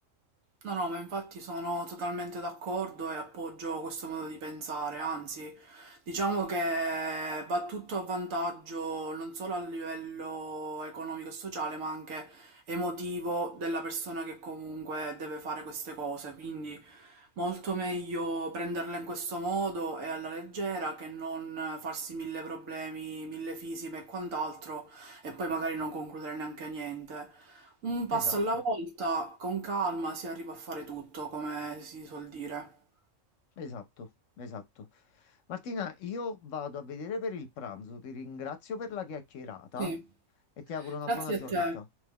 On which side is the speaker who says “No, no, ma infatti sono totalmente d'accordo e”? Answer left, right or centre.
Right